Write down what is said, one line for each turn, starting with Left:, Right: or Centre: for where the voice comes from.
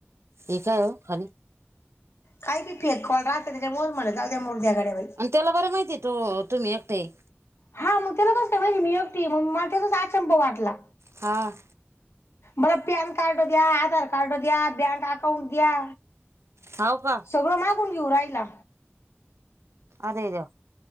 Right: हे काय हो खाली.
Left: काही बी फेक कॉल राहते, त्याच्यामुळेच म्हणत असेल मो म्ह म मुर् द्याडेई.
Right: आणि त्याला बरं माहितीये आहे तो तुम्ही एकटे आहे.
Left: हा मग त्याला कसं काय माहिती मी एकटी आहे म्हणून, मला त्याचाच आचंबा वाटला.
Right: हां.
Left: बरं पॅनकार्ड द्या, आधार कार्ड द्या, बँक अकाउंट द्या.
Right: हाव का.
Left: सगळं मागून घेऊन राहिला.
Right: अरे देवा.